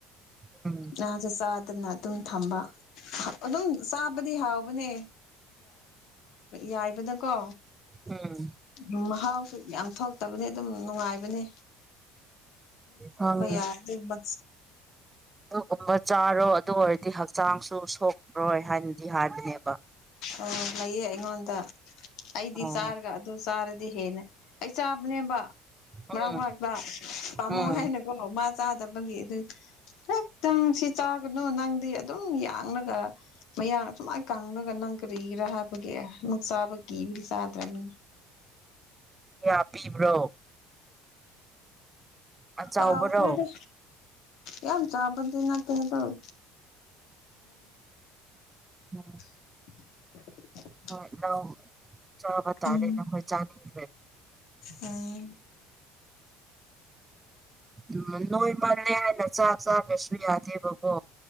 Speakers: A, on the right; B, on the left.
A: <unintelligible>
B: ꯉꯥꯁꯨ ꯆꯥꯗꯅ ꯑꯗꯨꯝ ꯊꯝꯕ ꯑꯗꯨꯝ ꯆꯥꯕꯗꯤ ꯍꯥꯎꯕꯅꯦ ꯌꯥꯏꯕꯗꯀꯣ
A: ꯎꯝ
B: ꯎ ꯃꯍꯥꯎꯁꯨ ꯌꯥꯝ ꯊꯣꯛꯇꯕꯅꯦ ꯑꯗꯨꯝ ꯅꯨꯡꯉꯥꯏꯕꯅꯦ
A: ꯍꯪ
B: ꯌꯥꯏ ꯑꯗꯨꯝꯕ
A: ꯑꯗꯨꯒꯨꯝꯕ ꯆꯥꯔꯣ ꯑꯗꯨ ꯑꯣꯏꯔꯗꯤ ꯍꯛꯆꯥꯡꯁꯨ ꯁꯣꯛꯔꯣꯏ ꯍꯥꯏꯅꯗꯤ ꯍꯥꯏꯕꯅꯦꯕ
B: ꯑ ꯂꯩꯌꯦ ꯑꯩꯉꯣꯟꯗ ꯑꯩꯗꯤ
A: ꯑꯣ
B: ꯆꯥꯔꯒ ꯑꯗꯨ ꯆꯥꯔꯗꯤ ꯍꯦꯟꯅ ꯑꯩ ꯆꯥꯕꯅꯦꯕ ꯃꯥꯛ
A: ꯎꯝ
B: ꯃꯔꯥꯛ ꯄꯥꯃꯨ
A: ꯎꯝ
B: ꯍꯦꯅ ꯑꯣ ꯃꯥ ꯆꯥꯗꯕꯒꯤ ꯑꯗꯨ ꯉꯛꯇꯪ ꯁꯤ ꯆꯥꯛ ꯅꯪꯗꯤ ꯑꯗꯨꯝ ꯌꯥꯡꯡꯂꯒ ꯃꯌꯥ ꯁꯨꯃꯥꯏ ꯀꯉꯒ ꯅꯪ ꯀꯔꯤ ꯔꯥꯕꯒꯛꯁꯥꯕꯀꯤ ꯁꯥꯗꯔꯅꯤ
A: ꯑꯣ ꯄꯤꯕ꯭ꯔꯣ ꯑꯆꯥꯎꯕꯔꯣ
B: ꯇꯈ꯭ꯔꯗ ꯌꯥꯝ ꯆꯥꯕꯗꯤ ꯅꯠꯇ ꯍꯥꯏꯗ <inaudible>
A: ꯑ
B: <inaudible>
A: ꯍꯣꯏ ꯅ ꯆꯥꯕ ꯇꯥꯔꯦ
B: ꯎꯝ
A: ꯅꯈꯣꯏ ꯆꯥꯅꯤꯡꯗ꯭ꯔꯦ
B: ꯎꯝ
A: ꯎ ꯅꯣꯏ ꯃꯥꯜꯂꯦ ꯍꯥꯏꯅ ꯆꯥ ꯆꯥꯗ꯭ꯔꯁꯨ ꯌꯥꯗꯦꯕꯀꯣ